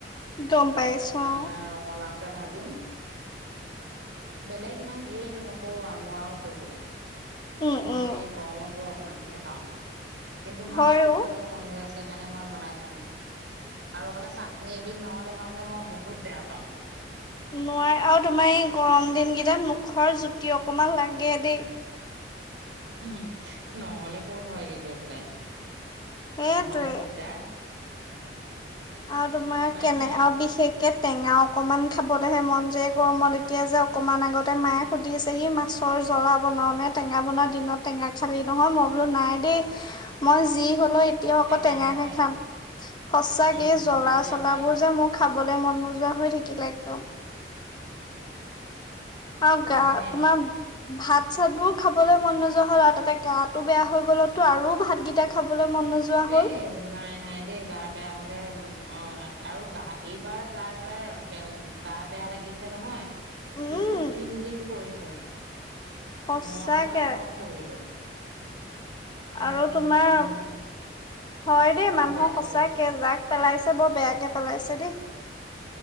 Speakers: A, on the left; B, on the right.
A: গম
B: তাৰ পিছত
A: পাইছো অ',
B: এ ৰঙালাও কে ভাজিম বেলেগ ইমান ধেৰ নকৰো আৰু নোৱাৰো কৰিবলৈ
A: উম,
B: মই
A: উম,
B: এই গৰমত বৰ অশ শান্তিহে পাওঁ কিন্তু মাছটো
A: হয় অ
B: খাবলৈ মন গৈ আছে কাৰণে মই বনাইছো আৰু মানে চাটনি এবিধ নহলে মই মানে মই বহুত বেয়া পাওঁ
A: নোৱাৰে আৰু তোমাৰ এই গৰম দিনকেইটাত মুখৰ জুতি অকমান লাগে দেই
B: উ নহ'লে ক'ত হয়গে গৈ পেলাই
A: সেইটোৱে।
B: নহলে দিগদাৰ
A: অ তোমাৰ
B: উপায়
A: কেনে
B: নাই
A: আৰু বিশেষকে টেঙা অকমান খাবলৈহে মন যে গৰমত এতিয়া যে অকমান আগতে মায়ে সুধিছেহি মাছৰ জ্বলা বনাও নে টেঙা বনোৱা দিনত টেঙা খালি নহয় মই বোলো নাই দেই মই যি হলো তেতিয় আকৌ
B: টেঙাহে
A: টেঙা হে
B: পাৰি
A: খাম সচাক
B: উম
A: এই জলা
B: টেঙাই
A: চলাবোৰ
B: পাৰি
A: যে মোক খাবলে মন নযোৱা হৈ থাকিলে একদম আৰু গা
B: উপায় নাই নহলে
A: তোমাৰ ভাত চাতবোৰ খাবলৈ মন নযোৱা হ'ল আৰু তাতে গাো বেয়া হৈ গলতো আৰু ভাতকেইটা খাবলৈ মন নোযোৱা হ'ল।
B: এই নাই নাই দেই গা বেয়া হলে অ আৰু গা এইবাৰ যাৰ যাৰ গা বেয়া লাগিছে নহয়
A: উম
B: বহুত দিন দিন পৰিছে
A: সঁচাকে
B: মই হবলা কম পৰিলো মোৰ
A: আৰু
B: বহুত
A: তোমাৰ
B: মানে
A: হয় দেই
B: গা
A: মানুহক
B: বেয়া লাগে
A: সঁচাকে
B: যে
A: জাগ পেলাইছে বৰ বেয়াকে পেলাইছে দেই